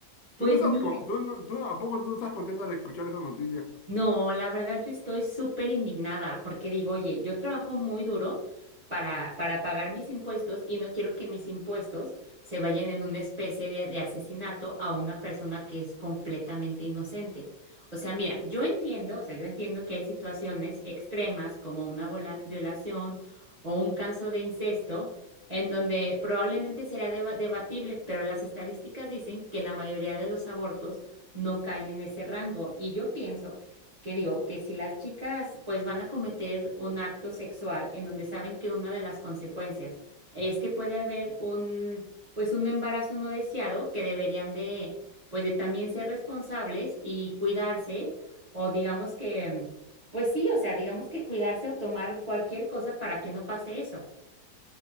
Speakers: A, on the right; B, on the left.
A: Pues
B: ¿Tú no estás,
A: mira.
B: con- tú no- tú- ¿a poco tú no estás contenta de escuchar esa noticia?
A: No, la verdad yo estoy súper indignada porque digo, oye, yo trabajo muy duro para, para pagar mis impuestos y no quiero que mis impuestos se vayan en una especie de, de asesinato a una persona que es completamente inocente. O sea, mira, yo entiendo, o sea, yo entiendo que hay situaciones extremas como una vola- violación o un caso de incesto en donde probablemente será deba- debatible, pero las estadísticas dicen que la mayoría de los abortos no caen en ese rango y yo pienso que digo, que si las chicas pues van a cometer un acto sexual en donde saben que una de las consecuencias es que puede haber un pues un embarazo no deseado que deberían de pues de también ser responsables y cuidarse o digamos que pues sí, o sea, digamos que cuidarse o tomar cualquier cosa para que no pase eso.